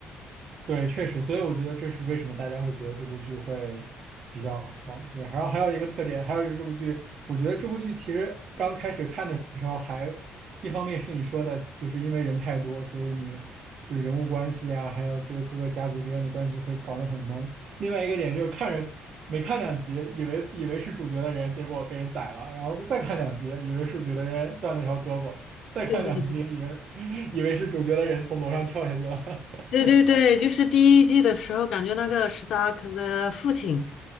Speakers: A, on the right; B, on the left.
A: 对，确实，所以我觉得这是为什么大家会觉得这部剧会比较好。对，还有还有一个特点，还有一个这部剧，我觉得这部剧其实刚开始看的时候还，一方面是你说的，就是因为人太多，所以你就人物关系啊，还有这个各个家族之间的关系会搞得很懵。另外一个点就是看着没看两集，以为以为是主角的人，结果被人宰了，然后再看两集，以为是主角的人断了条胳膊，再看两集，
B: 对对对，
A: 以为 <laughs> 以为是主角的人从楼上跳下去了。
B: 对对对，
A: <laughs>
B: 就是第一季的时候，感觉那个史达克的父亲